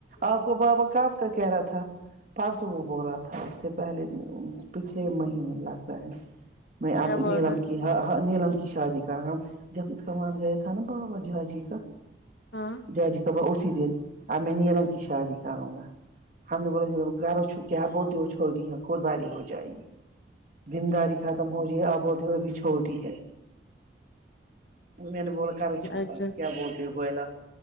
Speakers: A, on the right (about 45°); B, on the left (about 85°).
A: آپ کو بابا کب کا کہہ رہا تھا پرسو وہ بول رہا تھا اس سے پہلے پچھلے مہینے لگتا ہے میں اب
B: کیا بول
A: نیلم
B: رہے
A: کی نیلم کی شادی کر جب اس کا مر گیا تھا نا بابا جاجی کا
B: ہاں
A: جاجی کا بابا اسی دن اب میں نیلم کی شادی کروں گا ہم نے بولا کرو چپ کیا بولتی ہو چھوٹے ہے خود بڑی ہو جائے گی ذمہ داری ختم ہو جائے اپ بولتے ہو ابھی چھوٹی ہے میں نے بولا کرو چپ
B: اچھا
A: آپ کیا بولتے ہو بولال